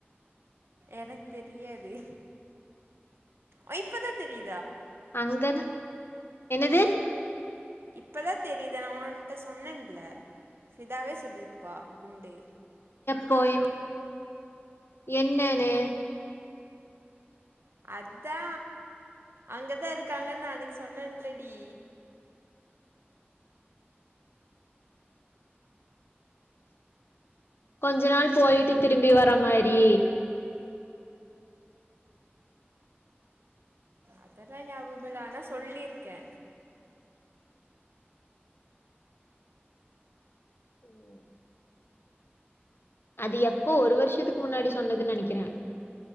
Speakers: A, on the right; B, on the left.
A: எனக்கு தெரியாது அ இப்பதா தெரியி
B: அங்கன என்னது
A: இப்பதா தெரியிதா நா ஓன்ட்ட சொன்னென்ல ஃபிதாவே சொல்லிருப்பா குண்டு
B: போயின் என்னனு
A: அத்தா அங்கதா இருகாங்கன் நா அன்னக்கி சொன்னென்லடி
B: கொஞ்ச நாள் போயிட்டு திரும்பி வர மாரி
A: அதெல்லா ஞாபமில்ல ஆனா சொல்லிருக்கே
B: ம் அது எப்போ ஒரு வருஷத்துக் முன்னாடி சொன்னதுன் நெனக்கிறே